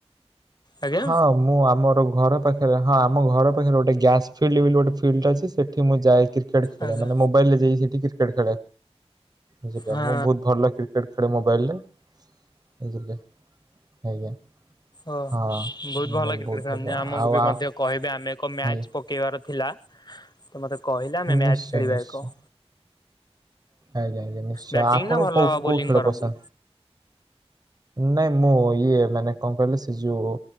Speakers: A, on the left (about 40°); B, on the right (about 35°).
A: ଆଜ୍ଞା
B: ହଁ। ମୁଁ ଆମର ଘର ପାଖରେ ହଁ ଆମ ଘର ପାଖରେ ଗୋଟେ ଗ୍ୟାସ୍ ଫିଲ୍ଡ ବୋଲି ଗୋଟେ ଫିଲ୍ଡ ଅଛି ସେଠି ମୁଁ ଯାଇ କିରି କ୍ରିକେଟ ଖେଳେ।
A: ଆଜ୍ଞା
B: ମାନେ ମୋବାଇଲରେ ଯାଇ ସେଠି କ୍ରିକେଟ ଖେଳେ। ବୁଝିଲେ
A: ହଁ
B: ମୁଁ ବହୁତ ଭଲ କ୍ରିକେଟ ଖେଳେ ମୋବାଇଲରେ, ବୁଝିଲେ। ଆଜ୍ଞା।
A: ଓ
B: ହଁ
A: ବୋହୁତ୍ ଭଲ
B: ମୁଁ
A: କ୍ରିକେଟ
B: ବହୁତ
A: ଖେଳନ୍ତି।
B: ଭଲ
A: ଆମକୁ
B: ଆଉ
A: ବି
B: ଆ
A: ମଧ୍ୟ କହିବେ ଆମେ ଏକ ମ୍ୟାଚ୍
B: ଆଜ୍ଞା
A: ପକେଇବାର ଥିଲା ତ ମତେ କହିଲା ଆମେ ମ୍ୟାଚ
B: ନିଶ୍ଚୟ
A: ଖେଳିବା
B: ନିଶ୍ଚୟ
A: ଏକ।
B: ଆଜ୍ଞା ଆଜ୍ଞା। ନିଶ୍ଚୟ
A: ବ୍ୟାଟିଂ
B: ଆପଣଙ୍କୁ
A: ନା ଭଲ
B: କ-
A: ବୋଲିଂ
B: କୋଉ ଖେଳ
A: କରନ୍ତି?
B: ପସନ୍ଦ? ନାଇଁ ମୁଁ ଇଏ ମାନେ କଣ କହିଲି ସେ ଯୋଉ